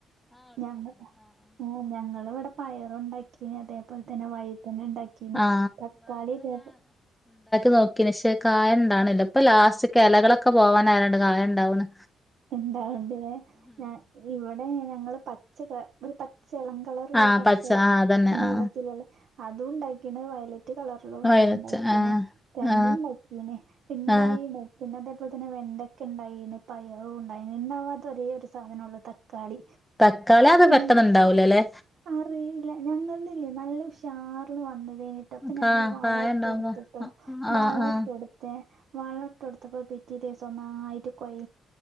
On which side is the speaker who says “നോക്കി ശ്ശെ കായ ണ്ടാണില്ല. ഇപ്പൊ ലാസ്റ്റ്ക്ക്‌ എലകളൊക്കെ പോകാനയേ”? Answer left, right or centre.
Centre